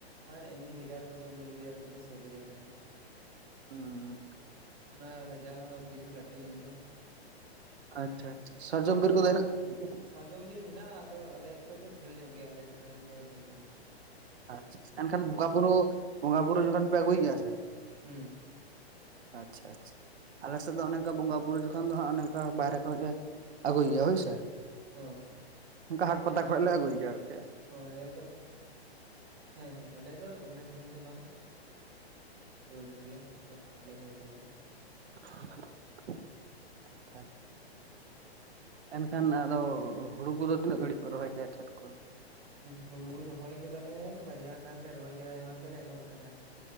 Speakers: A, on the right; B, on the right.
A: ᱟᱨ ᱮᱢᱱᱤ ᱜᱟᱡᱟᱲ ᱠᱚᱫᱚ ᱢᱩᱨᱩᱫ ᱜᱟᱡᱟᱲ ᱠᱚᱫᱚ ᱥᱩᱨ ᱨᱮᱜᱮ ᱢᱮᱱᱟᱜ ᱟᱠᱟᱫᱟ᱾
B: ᱦᱩᱸ
A: ᱚᱱᱟ ᱜᱟᱡᱟᱲ ᱦᱚᱸ ᱵᱤᱨ ᱦᱚᱸ ᱞᱟᱹᱴᱩ ᱧᱚᱜ ᱜᱮᱭᱟ᱾
B: ᱟᱪᱪᱷᱟ ᱥᱟᱨᱡᱚᱢ
A: ᱟᱭᱢᱟ
B: ᱵᱤᱨ ᱠᱚᱫᱚ ᱦᱮᱱᱟᱜ ᱟᱪᱪᱷᱟ
A: ᱥᱟᱨᱡᱚᱢ ᱵᱤᱨ ᱢᱮᱱᱟᱜᱼᱟ ᱟᱫᱚ ᱟᱞᱮ ᱠᱷᱚᱡ ᱫᱚ ᱡᱷᱟᱹᱞ ᱧᱚᱜ ᱜᱮᱭᱟ ᱟᱞᱮ ᱴᱚᱴᱷᱟ ᱠᱷᱚᱱ ᱫᱚ ᱡᱷᱟᱹᱞ ᱧᱚᱜ ᱜᱮᱭᱟ᱾
B: ᱟᱪᱪᱷᱟ ᱮᱱᱠᱷᱟᱱ ᱵᱚᱸᱜᱟ ᱵᱩᱨᱩ ᱵᱚᱸᱜᱟ ᱵᱩᱨᱩ ᱡᱚᱠᱷᱚᱱ ᱯᱮ ᱟᱹᱜᱩᱭᱮᱫ ᱜᱮᱭᱟ ᱥᱮ᱾
A: ᱦᱩᱸ᱾
B: ᱟᱪᱪᱷᱟ ᱟᱪᱪᱷᱟ ᱟᱞᱮᱥᱮᱫ ᱫᱚ ᱚᱱᱮ ᱚᱱᱠᱟ ᱵᱚᱸᱜᱟ ᱵᱩᱨᱩ ᱡᱚᱠ ᱠᱷᱚᱱ ᱫᱚ ᱦᱟᱜ ᱚᱱᱮ ᱚᱱᱠᱟ ᱵᱟᱦᱨᱮ ᱠᱷᱚᱡ ᱞᱮ ᱟᱹᱜᱩᱭᱮᱭᱟ ᱦᱳᱭᱥᱮ᱾
A: ᱦᱮᱸ᱾
B: ᱚᱱᱠᱟ ᱦᱟᱴ ᱯᱟᱛᱟ ᱠᱷᱚᱱᱚᱡ ᱞᱮ ᱟᱹᱜᱩᱭ ᱭᱮᱭᱟ᱾
A: ᱚ ᱟᱞᱮ ᱫᱚ ᱦᱮᱸ ᱦᱮᱸ ᱟᱞᱮ ᱫᱚ ᱫᱚᱢᱮ ᱥᱟᱺᱜᱤᱧ ᱫᱚ ᱵᱟᱝ᱾ ᱥᱩᱨ ᱧᱚᱜ ᱜᱮᱭᱟ ᱚᱱᱟᱛᱮ ᱚᱸᱰᱮ ᱠᱷᱚᱱᱚᱡ ᱞᱮ ᱟᱹᱜᱩᱭᱟ᱾
B: <unintelligible> ᱮᱱᱠᱷᱟᱱ ᱟᱫᱚ ᱦᱩᱲᱩ ᱠᱚᱫᱚ ᱛᱤᱱᱟᱹᱜ ᱜᱷᱟᱹᱲᱤᱡ ᱯᱮ ᱨᱚᱦᱚᱭ ᱠᱮᱜᱼᱟ?
A: ᱦᱩᱲᱩ ᱨᱚᱦᱚᱭ ᱠᱮᱫᱟᱞᱮ ᱵᱟᱨᱭᱟ ᱜᱟᱱᱞᱮ ᱨᱚᱦᱚᱭ ᱠᱮᱫᱟ ᱮᱚᱱ ᱛᱮᱞ ᱞᱮ ᱮᱦᱚᱵ ᱠᱮᱫᱟ᱾